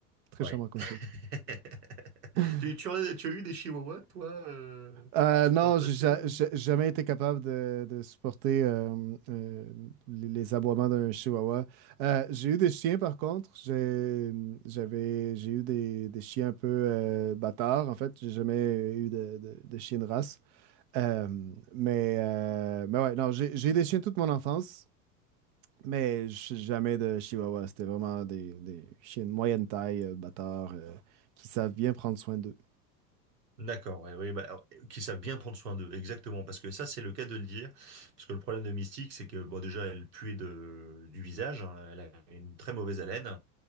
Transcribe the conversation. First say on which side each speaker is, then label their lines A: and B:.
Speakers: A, on the right (about 50°); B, on the right (about 75°).
A: Très
B: Ouais.
A: charmant comme
B: <laughs>
A: chien. <laughs>
B: Tu, tu as, tu as eu des chihuahuas, toi, euh,
A: Euh, non,
B: dans le passé
A: j'ai ja-
B: ou...
A: j'ai jamais été capable de, de supporter euh, euh, les, les aboiements d'un chihuahua. Euh, j'ai eu des chiens, par contre. J'ai, j'avais, j'ai eu des, des chiens un peu euh, bâtards, en fait. J'ai jamais eu de, de, de chien de race. Euh, mais, euh, mais ouais, non, j'ai j'ai des chiens toute mon enfance, mais j- jamais de chihuahua. C'était vraiment des, des chiens de moyenne taille, euh, bâtards, euh, qui savent bien prendre soin d'eux.
B: D'accord, oui, oui, bah, alors, qui savent bien prendre soin d'eux, exactement, parce que ça c'est le cas de le dire, parce que le problème de Mystique c'est que bon déjà elle puait de, du visage, hein, elle a une très mauvaise haleine,